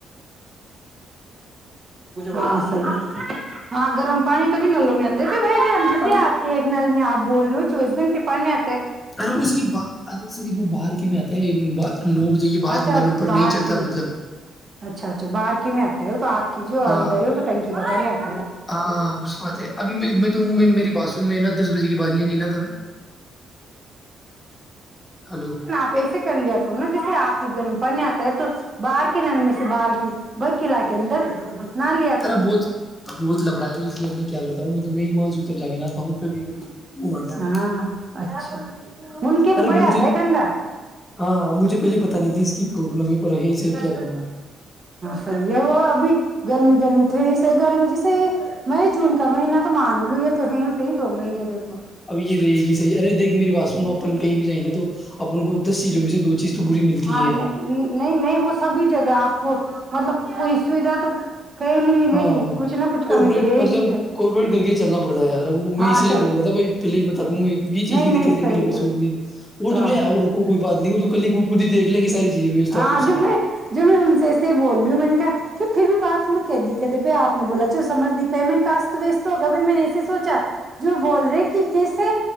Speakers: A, on the right; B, on the left.
A: ہاں صحیح ہاں گرم پانی تو بھی نلو میں۔ <inaudible> وہی پے ہم جسے
B: ابھی
A: آپ کے ایک نل میں آپ۔ بول رہے چوبیس گھنے پاننے آ۔
B: ارے وہ صرف باہر صرف وہ باہر کے میں آتا ہے۔ نو بجے کے بعد
A: اچھا
B: نل اوپر
A: باہر
B: نہیں چڑھتا
A: کی میں
B: مطلب۔
A: اچھا اچھا باہر کی میں آتا ہے وہ تو آپ۔ <inaudible> کی جو اندر
B: ہاں
A: ہے وہ تو ٹنکی کا
B: ہاں اس بات ہے ابھی میں میں تو ہوں میں میری بات سن میں نا دس بجے کے بعد یعنی نا تب ہلو
A: ہے۔ آپ ہی گرم پانی آتا ہے تو باہر کے۔ باہر کی نل میں سے بالٹی لاکے اندر۔ نا لیا کرو
B: ارے بہت بہت لبڑا ہے اس لیے میں کیا کرتا ہوں میں تو میں ایمان سو تک جا کے نہاتا ہوں کبھی کبھی ایمان سے
A: ہاں اچھا ان کے تو
B: ارے
A: بڑھا
B: مجھے
A: اتا ہے کنڈا۔
B: ہاں مجھے پہلے پتا نہیں تھی اس کی پرابلم ہے پر یہیں سے
A: ہاں
B: کیا کروں گا
A: صحیح ہے۔ تو ابھی گرمی گرمی تو گرمی جیسے مئی جون کا مہینہ تو مان ہی لو یہ تو ہے ہی صحیح دو مہینے دیکھو۔
B: اب یہ رہے گی صیح ارے دیکھ میری بات سنو اپن کہیں بھی جائیں نا تو اپن کو دس چیزوں میں سے دو چیز۔ تو بری ملتی
A: ہاں
B: ہے یار
A: نہیں نہیں نہیں وہ سبھی۔ جگہ آپ کو مطلب پوری سویدھا تو۔ کہیں نہیں ملے
B: ہاں
A: گی کچھ نہ کچھ کمی
B: کارپوریٹ
A: تو رہے
B: مطلب
A: گی صحیح
B: کارپوریٹ کر کے چلنا پڑتا ہے یار وہ میں
A: ہاں
B: اسی
A: اچھا
B: لیے بول رہا تھا بھائی پہل بتا دوں گ کیک یہ چیز
A: نہیں
B: کی
A: نہیں
B: دقت تھی
A: صحیح
B: میرے کو
A: ہے
B: شورٹ میں اور تھوڑے
A: ہاں
B: او
A: صحیح
B: رکو
A: ہے
B: کوئی بات نہیں تو کلی کو۔ خودھی دیک لیں گے ساری۔ چیزیں ویوستھا
A: ہاں
B: تو
A: جو
B: سب
A: میں جو میں ان سے سے بول رہی ہوں میں نے کہا۔ کہ پھر بھی بات میں کی دقت ہے ب آپ نے بولا جو سمجھ نہیں پمن کاست وست ہوگا بائی میں نے ایسے سوچا جو بول رہے کہ کیسے